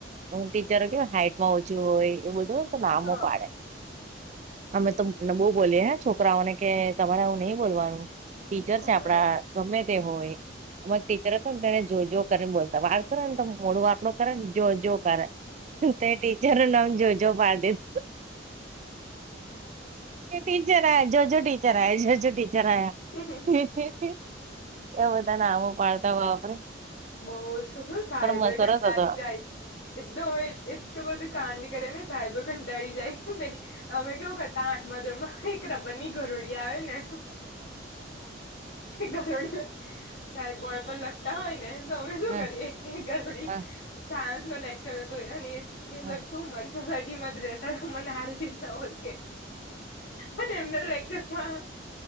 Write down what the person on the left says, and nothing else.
હ
હ
હમ
બોસ હો થાય
બો
કંટારી
જા એટલું એટલું બધું કાંડ કરે ને સાહેબો કંટાળી જાય. પેલી અમે કેવું કરતા આઠમા ધોરણમાં એક રબરની ગરોળી આવે ને એ ગરોળી સાહેબ બોર્ડ પર લાખતા હોય ને તો અમે શું
કરીએ એ ગરોળી
સાયન્સ નો લેક્ચર હતો એ એ
લખ્યું મ અઢી માજ રેતા ને મને હારી રીતે ઓળખે અને એમના લેક્ચરમાં